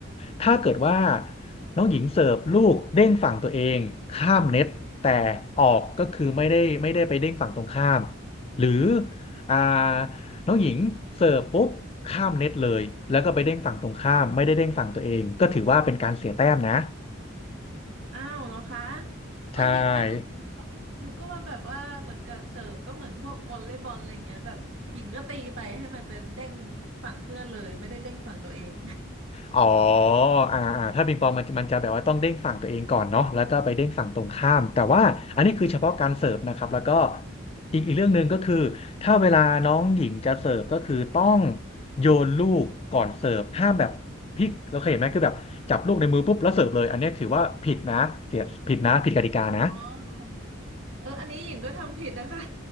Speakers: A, on the left; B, on the right.
A: ถ้าเกิดว่าน้องหญิงเสิร์ฟลูกเด้งฝั่งตัวเองข้ามเน็ตแต่ออกก็คือไม่ได้ไม่ได้ไปเด้งฝั่งตรงข้าม หรืออ่าน้องหญิงเสิร์ฟปุ๊บข้ามเน็ตเลยแล้วก็ไปเด้งฝั่งตรงข้ามไม่ได้เด้งฝั่งตัวเองก็ถือว่าเป็นการเสียแต้มนะ
B: <laughs> อ้าวแล้วคะเอ๋อหญิงก็นึก
A: ใช่
B: นึกก็ว่าแบบว่าเหมือนกับเสิร์ฟก็เหมือนพวกวอลเลย์บอลอะไรเงี้ยแบบหญิงก็ตีไปให้มันเป็นเด้งฝั่งเพื่อนเลยไม่ได้เด้งฝั่งตัวเอง
A: อ๋ออ่าอ่าถ้าปิงปองมันมันจะแบบว่าต้องเด้งฝั่งตัวเองก่อนเนาะแล้วก็ไปเด้งฝั่งตรงข้าม แต่ว่าอันนี้คือเฉพาะการเสิร์ฟนะครับแล้วก็อีกอีกเรื่องหนึ่งก็คือถ้าเวลาน้องหญิงจะเสิร์ฟก็คือต้องโยนลูกก่อนเสิร์ฟห้ามแบบพลิกเราเคยเห็นไหมคือแบบจับลูกในมือปุ๊บแล้วเสิร์ฟเลยอันนี้ถือว่าผิดนะเสียผิดนะผิดกติกานะ
B: อ๋อ <laughs> เอออันนี้หญิงก็ทำผิดนะคะ